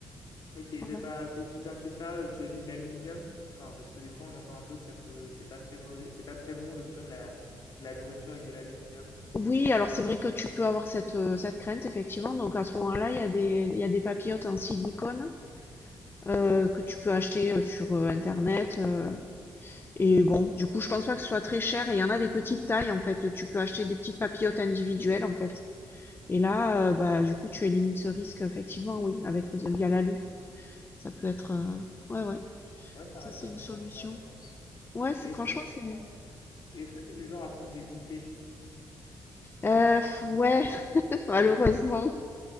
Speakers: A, on the left; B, on the left.
A: Ok, t'es
B: voilà.
A: pas, t'es- tu t'inquiètes pas euh, vis-à-vis de l'aluminium? Enfin, parce que des fois on entend un peu que ça peut, c'est pas très mauvais, c'est pas très bon de cuire de la, de la nourriture avec de l'aluminium.
B: Oui, alors c'est vrai que tu peux avoir cette, euh, cette crainte, effectivement. Donc à ce moment-là, il y a des, il y a des papillotes en silicone euh, que tu peux acheter euh, sur euh, internet. euh. et bon, du coup, je pense pas que ce soit très cher. Et il y en a des petites tailles en fait. Tu peux acheter des petites papillotes individuelles en fait. Et là, euh, bah du coup, tu élimines ce risque effectivement, oui, avec le via l'alu. Ça peut être, euh, ouais, ouais,
A: Ouais, t'as
B: ça
A: raison,
B: c'est une
A: je vais
B: solution.
A: faire ça, je pense.
B: Ouais, c'est
A: Et est-ce
B: franchement
A: que tu
B: c'est,
A: prends, est-ce que t'es du genre à prendre des goûters?
B: euh, ouais, <laughs> malheureusement.